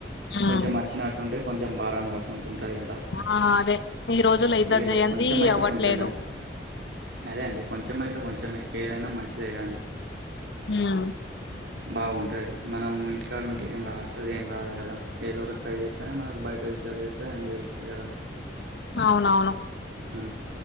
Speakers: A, on the left; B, on the right.
A: ఉమ్
B: కొంచెం వచ్చిన టుంటే కొంచెం భారం కాకుంటు ఉంటాది కదా
A: ఆ అదే ఈ రోజులు ఇద్దరు
B: ఏదో
A: చేయంది
B: కొంచెం అయితే
A: అవ్వట్లేదు.
B: కొంచెమే అదే అండి కొంచెం అయితే కొంచెం ఏదైనా మంచిదేగా అండి.
A: హ
B: బావుంటది మనం ఇంటికాడ ఉంటే ఏం రాస్తుంది ఏం రాదు కదా ఏదో ఒక ట్రై చేస్త అయిన మనకు బయట విషయాలు తెలుస్తాయి అన్ని తెలుస్తాయి కదా.
A: అవునవును
B: ఆ